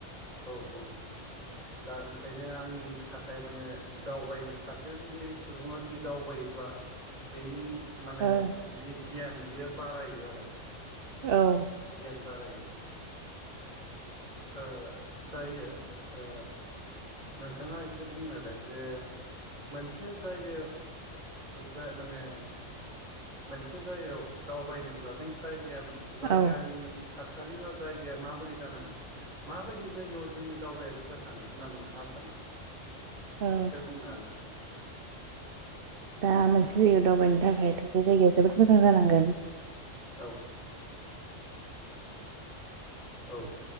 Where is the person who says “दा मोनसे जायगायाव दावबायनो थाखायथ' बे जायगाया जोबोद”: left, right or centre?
Right